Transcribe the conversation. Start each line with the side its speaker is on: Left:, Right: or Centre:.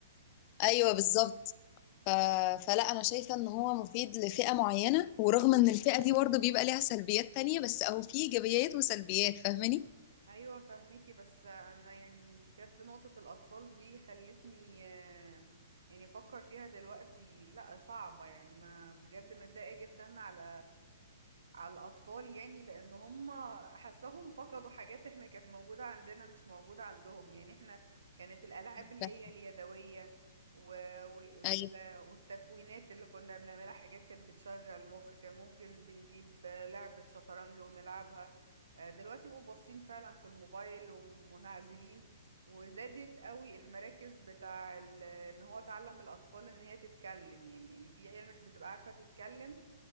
Left: ايوه بالظبط ف... فلا انا شايفه ان هو مفيد لفئه معينه ورغم ان الفئه دي برضه بيبقى ليها سلبيات تانية بس اهو فيه ايجابيات وسلبيات فاهماني
Right: <laughs> ايوه فاهميكي بس انا يعني بجد نقطة الاطفال دي خلتني آه، يعني افكر فيها دلوقتي لا صعبة يعني انا بجد متضايقة جدا على على الأطفال يعني لأن هم حسهم فقدوا حاجات احنا كانت موجودة عندنا مش موجودة عندهم يعني احنا كانت الألعاب
Left: ف-
Right: اللي هي اليدوية و- وال-
Left: ايوه
Right: والتكوينات اللي كنا بنعملها حاجات كانت بتشغل مخ كان ممكن بنجيب لعبة شطرنج ونلعبها آه، دلوقتي بقوا باصين فعلا في الموبايل ومنعزلين وزادت قوي المراكز بتاع ال- ان هو تعلم الأطفال ان هي تتكلم يعني يعني في عيال مش بتبقى عارفة تتكلم